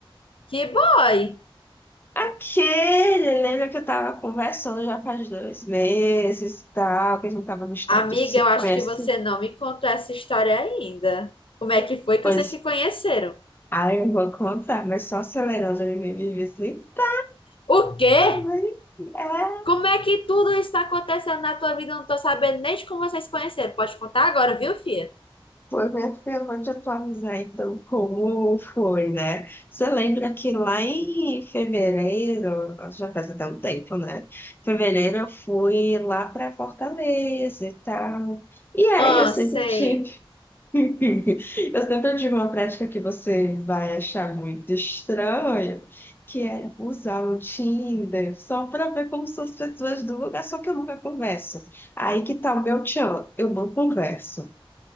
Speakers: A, on the left (about 65°); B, on the left (about 20°).
A: Que boy!
B: Aquele, lembra que eu tava conversando já faz dois meses e tal, que a gente tava no estádio
A: Amiga,
B: 5,
A: eu acho
B: esse,
A: que você não me contou essa história ainda. Como é que foi que
B: pois,
A: vocês se conheceram?
B: aí eu vou contar, mas só acelerando, ele me visita
A: O quê?
B: também. é
A: Como é que tudo isso está acontecendo na tua vida? Eu não tô sabendo nem de como vocês se conheceram. Pode contar agora, viu, filha?
B: Foi minha filha, vou te atualizar então como foi, né? Você lembra que lá em fevereiro, já faz até um tempo, né? Fevereiro eu fui lá para Fortaleza e tal. E aí
A: Ah,
B: eu sempre
A: sei.
B: tive, <laughs> eu sempre tive uma prática que você vai achar muito estranha, que é usar o Tinder só para ver como são as pessoas do lugar, só que eu nunca converso. Aí que tá o meu tchan, eu não converso.